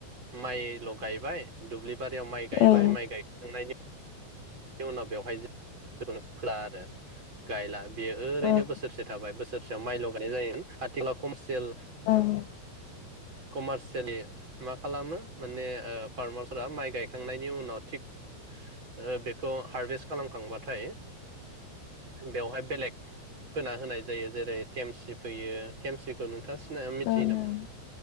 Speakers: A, on the right; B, on the left.
A: माइल' गायबाय दुब्लि बारियाव माइ गायबाय
B: औ
A: माइ गायखांनायनि बिनि उनाव बेवहाय खौनो फोला आरो गायला बेयो ओरैनो
B: औ
A: बोसोरसे थाबाय बोसो रसेयाव माइल' गायनाय जायोमोश आथिखाव कमारसियेल
B: ओं
A: कमारसियलि मा खालामो माने ओ फारमारफोरा माइ गायखांनायनि उनाव थिग ओ बे खौ हारभेस्ट खालामखांबाथाय बेवहाय बेलेग फोना होनाय जायो जेरै थेमसि फैयो थेमसिखौ नोंथां सिना मिथियो
B: ओं
A: नामा?